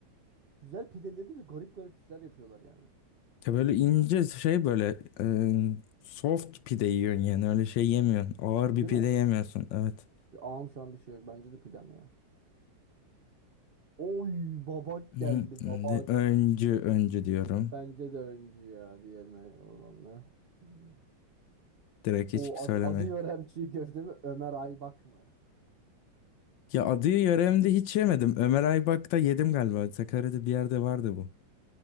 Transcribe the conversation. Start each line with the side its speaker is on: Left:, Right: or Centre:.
Right: Güzel pideleri de bir garip garip işler yapıyorlar yani.
Left: Ya böyle ince şey böyle e, soft pide yiyorsun yani. Öyle şey yemiyorsun. Ağır bir
Right: Değil
Left: pide
Right: mi?
Left: yemiyorsun. Evet.
Right: Ağam şu an bir şey yok. Bence de pidem ya. Oy babak
Left: Hı,
Right: geldi
Left: Şimdi
Right: babak.
Left: öncü öncü diyorum.
Right: Bence de öncü ya diğerine olan Hmm.
Left: Direkt hiç
Right: O
Left: söyleme.
Right: ad, adı Yörem çiğ köfte mi? Ömer Aybak mı?
Left: Ya adı yöremde hiç yemedim. Ömer Aybak'ta yedim galiba. Sakarya'da bir yerde vardı bu.